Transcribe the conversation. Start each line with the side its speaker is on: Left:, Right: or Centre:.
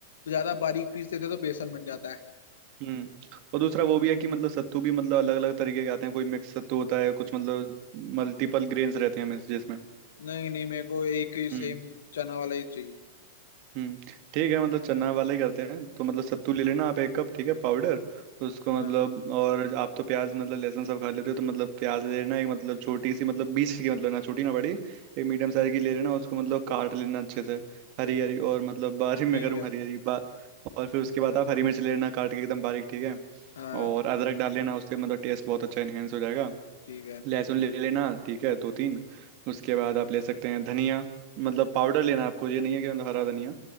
Left: ज्यादा बारीक पीस देते तो बेसन बन जाता है
Right: हम्म और दूसरा वो भी है कि मतलब सत्तू भी मतलब अलग अलग तरीके के आते हैं कोई मिक्स सत्तू होता है कुछ मतलब मल्टीपल ग्रेन्स रहते हैं मिस- जिसमें
Left: नहीं नहीं मेरे को एक ही
Right: हम्म
Left: सेम चना वाला ही चाहिए
Right: हम्म ठीक है मतलब चना वाला ही करते हैं तो मतलब सत्तू ले लेना आप एक कप ठीक है पाउडर उसको
Left: हाँ
Right: मतलब और आप तो प्याज मतलब लहसुन सब खा लेते हो तो मतलब प्याज ले लेना एक मतलब छोटी सी मतलब बीस की मतलब ना छोटी ना बड़ी एक मीडियम साइज की ले लेना उसको मतलब काट लेना अच्छे से हरी हरी और मतलब बारीक मैं
Left: ठीक
Right: करूँ
Left: है
Right: हरी हरी बा और फिर उसके बाद आप हरी मिर्च ले लेना काट के एकदम बारीक ठीक है
Left: हाँ
Right: और अदरक डाल लेना उससे मतलब टेस्ट बहुत अच्छा इन्हेंस हो जाएगा
Left: ठीक है
Right: लहसुन ले लेना ठीक है दो तीन उसके बाद आप ले सकते हैं धनिया मतलब पाउडर लेना आपको ये नहीं है कि मतलब हरा धनिया